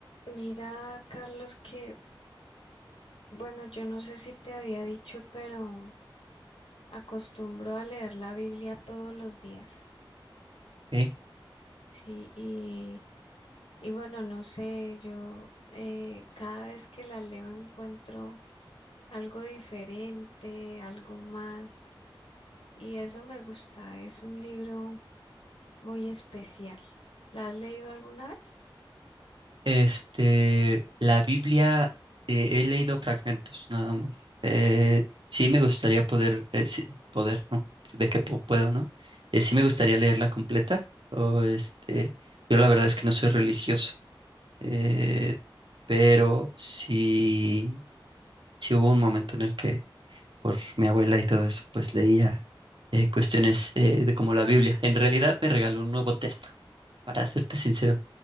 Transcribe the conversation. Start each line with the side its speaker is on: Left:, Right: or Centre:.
Left: Mira, Carlos, que bueno, yo no sé si te había dicho, pero acostumbro a leer la Biblia todos los días.
Right: Ok.
Left: Sí, y, y bueno, no sé, yo eh, cada vez que la leo encuentro algo diferente, algo más, y eso me gusta, es un libro muy especial. ¿La has leído alguna vez?
Right: Este, la Biblia, eh, he leído fragmentos nada más. Eh, sí me gustaría poder, eh, sí- poder, ¿no? Sí, De que pu- puedo, ¿no? Eh, sí me gustaría leerla completa. O este, yo la verdad es que no soy religioso, eh, pero sí, sí hubo un momento en el que por mi abuela y todo eso, pues leía eh, cuestiones eh, de como la Biblia. En realidad me regaló un Nuevo Testamento, para serte sincero.